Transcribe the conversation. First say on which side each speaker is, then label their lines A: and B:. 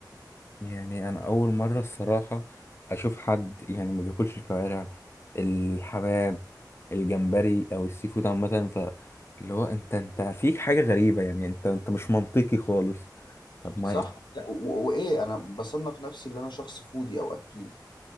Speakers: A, on the left; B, on the left.
A: يعني انا اول مره الصراحه اشوف حد يعني ما بياكلش الكوارع الحمام الجمبري او السي فود عامه ف اللي هو انت انت فيك حاجه غريبه يعني انت انت مش منطقي خالص طب ما
B: صح لا، و- و- وايه انا بصنف نفسي اللي انا شخص فودي او اكيل